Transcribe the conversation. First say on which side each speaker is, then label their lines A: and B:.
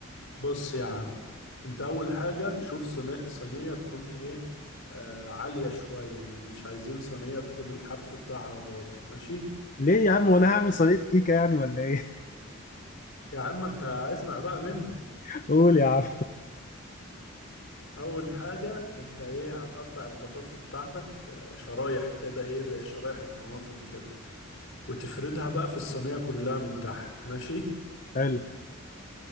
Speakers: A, on the left; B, on the left.
A: بص يا عم انت اول حاجه شوف صينيه صينيه تكون ايه آه عاليه شويه يعني مش عايزين صينيه تكون الحرف بتاعها واطي ماشي
B: ليه يا عم وانا هعمل صينية كيكة يعني ولا ايه
A: يا عم انت اسمع بقى مني
B: <laughs> قول يا عم
A: اول حاجة انت ايه هتقطع البطاطس بتاعتك آه، شرايح كده ايه زي شرايح الطماطم كده وتفردها بقى في الصينية كلها من تحت ماشي
B: حلو